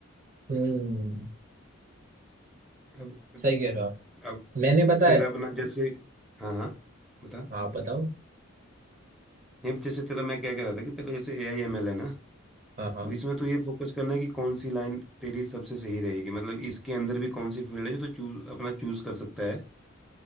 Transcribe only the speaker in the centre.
अब
अब
तेरा अपना जैसे हाँ हाँ बता
नहीं जैसे तेरा मैं क्या कह रहा था कि तेरा जैसे ए आई एम एल है ना
तो इसमें तो ये फोकस करना है कि कौन सी लाइन तेरी सबसे सही रहेगी मतलब इसके अंदर भी कौन सी फील्ड है जो तो चूज अपना चूज कर सकता है